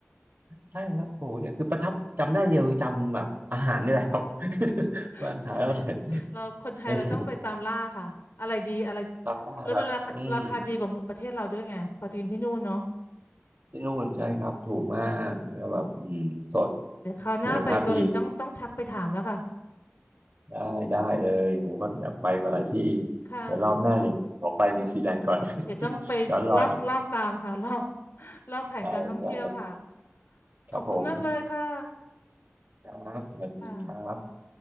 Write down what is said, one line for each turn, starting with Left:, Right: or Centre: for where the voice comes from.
Right: ใช่ครับโหเนี่ยคือประทับจำได้เดียวคือจำแบบอาหารนี่แหละครับ <laughs>
Left: <laughs>
Right: ว่าอาหารอะไรอย
Left: ใช่ไหมเราคนไทยเราต้องไปตามล่าค่ะอะไรดีอะไร
Right: ไม่ใช่จำได้แบบอืม
Left: แล้วมันราคาราคาดีกว่าประเทศเราด้วยไงพอจะกินที่นู่นเนาะ
Right: ที่นู่นใช่ครับถูกมากแล้วแบบอืมสด
Left: อืมเดี๋ยวคราวหน้าไปเกาหลีต้องต้องทักไปถามแล้วค่ะ
Right: คุณภาพดีได้ได้เลยผมก็อยากไปมาหลายที่
Left: ค่ะ
Right: แต่รอบหน้าเนี่ยขอไปนิวซีแลนด์ก่อน <laughs>
Left: เดี๋ยวต้องไปลอกลอกตามค่ะลอก
Right: ย้อนรอย
Left: ลอกแผนการท่องเที่ยวค่ะ
Right: ใช่ใช่ครับผม
Left: ขอบคุณมากเลยค่ะ
Right: ครับสวัสดีครับ
Left: ค่ะ